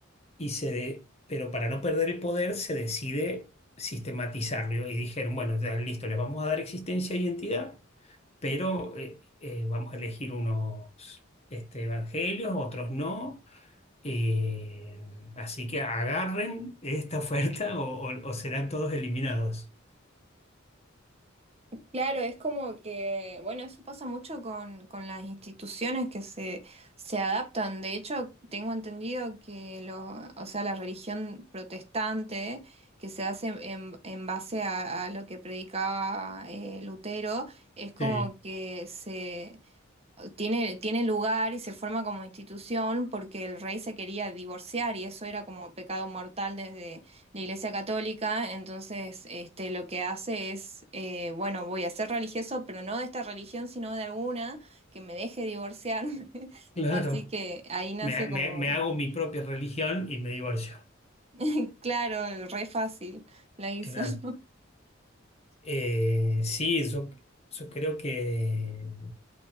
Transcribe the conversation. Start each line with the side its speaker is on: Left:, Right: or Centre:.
Left: y se de- pero para no perder el poder se decide sistematizarlo y dijeron, bueno, ya listo, les vamos a dar existencia e identidad, pero eh, eh, vamos a elegir unos este, evangelios, otros no. eh, Así que agarren esta oferta o, o- o serán todos eliminados.
Right: Claro, es como que, bueno, eso pasa mucho con, con las instituciones que se, se adaptan. De hecho, tengo entendido que lo, o sea, la religión protestante que se hace en, en base a, a lo que predicaba eh, Lutero, es como
Left: Sí,
Right: que se tiene, tiene lugar y se forma como institución porque el rey se quería divorciar y eso era como pecado mortal desde la Iglesia Católica. Entonces, este, lo que hace es, eh, bueno, voy a ser religioso, pero no de esta religión, sino de alguna que me deje divorciarme. <laughs>
Left: claro.
Right: Así que ahí nace
Left: me, me-
Right: como,
Left: me hago mi propia religión y me divorcio.
Right: <laughs> claro, re fácil la hizo.
Left: Claro.
Right: <laughs>
Left: Eh, sí, yo, yo creo que